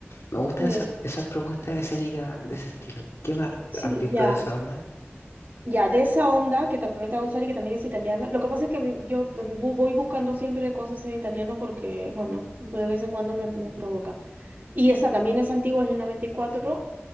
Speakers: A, on the left; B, on the right.
A: Me gustan
B: Sí,
A: esas, esas propuestas escénicas de ese estilo. ¿Qué más
B: sí,
A: has visto
B: ya.
A: de esa onda?
B: Ya, de esa onda que también te va a gustar y que también es italiana. Lo que pasa es que a yo mm, bu- voy buscando siempre cosas en italiano porque, bueno, de vez en cuando me, me provoca. Y esta también es antigua, es del 94.